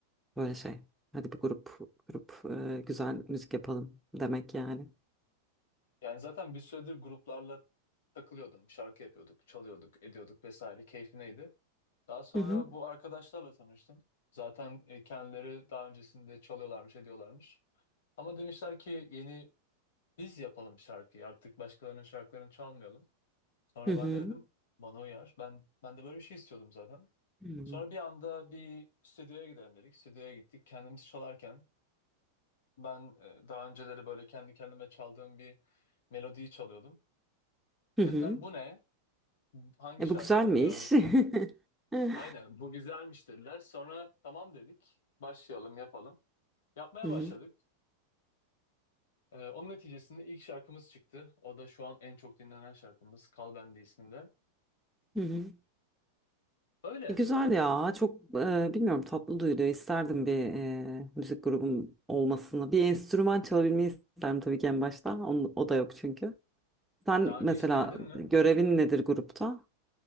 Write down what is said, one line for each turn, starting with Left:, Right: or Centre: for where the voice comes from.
Centre: Böyle şey. Hadi bir grup, grup e, güzel müzik yapalım demek yani.
Left: Yani zaten bir süredir gruplarla takılıyordum. Şarkı yapıyorduk, çalıyorduk, ediyorduk vesaire. Keyfineydi. Daha sonra
Centre: Hı hı.
Left: bu arkadaşlarla tanıştım. Zaten e, kendileri daha öncesinde çalıyorlarmış, ediyorlarmış. Ama demişler ki yeni biz yapalım şarkıyı. Artık başkalarının şarkılarını çalmayalım. Sonra
Centre: Hı hı.
Left: ben de dedim bana uyar. Ben ben de böyle bir şey istiyordum zaten.
Centre: Hı hı.
Left: Sonra bir anda bir stüdyoya gidelim dedik. Stüdyoya gittik. Kendimiz çalarken Ben e, daha önceleri böyle kendi kendime çaldığım bir melodiyi çalıyordum.
Centre: Hı hı.
Left: Dediler bu ne? Hangi
Centre: E
Left: şarkının
Centre: bu güzel mi
Left: melodisi?
Centre: iş? <laughs> Hı
Left: Aynen bu güzelmiş dediler. Sonra tamam dedik. Başlayalım yapalım. Yapmaya
Centre: hı.
Left: başladık. E, onun neticesinde ilk şarkımız çıktı. O da şu an en çok dinlenen şarkımız Kal Bende isminde.
Centre: Hı hı.
Left: Öyle.
Centre: E, Güzel ya çok e, bilmiyorum tatlı duyuluyor isterdim bir e, müzik grubum olmasını bir enstrüman çalabilmeyi isterdim tabii ki en başta Onun- o da yok çünkü sen
Left: Daha önce
Centre: mesela
Left: hiç denedin mi?
Centre: görevin nedir grupta?